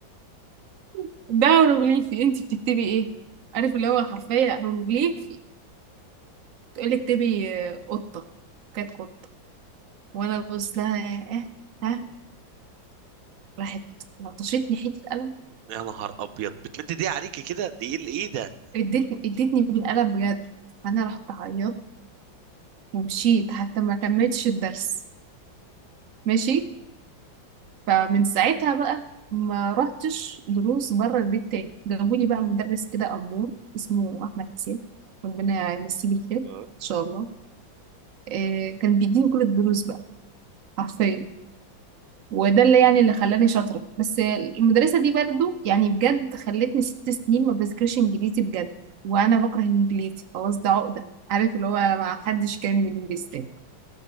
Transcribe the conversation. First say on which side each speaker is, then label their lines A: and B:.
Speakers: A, on the right; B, on the right.
A: <laughs> ده هيروغليفي أنت بتكتبي إيه؟ عارف اللي هو حرفيا هيروغليفي تقول لي اكتبي آه، قطة كانت قطة وانا ببص لها اه ها راحت لطشتني حتة قلم
B: يا نهار ابيض بتمد دي عليكي كده دي ايه ايه ده
A: ادتني ادتني بالقلم بجد فانا رحت عيطت ومشيت حتى ما كملتش الدرس ماشي فمن ساعتها بقى ما رحتش دروس بره البيت تاني جابولي بقى مدرس كده أمور اسمه أحمد حسين ربنا يمسيه بالخير إن
B: اه
A: شاء الله إيه كان بيديني كل الدروس بقى حرفيا وده اللي يعني اللي خلاني شاطرة بس المدرسة دي برضو يعني بجد خلتني ست سنين ما بذاكرش انجليزي بجد وانا بكره الانجليزي خلاص ده عقدة عارف اللي هو ما حدش كامل الانجليزي تاني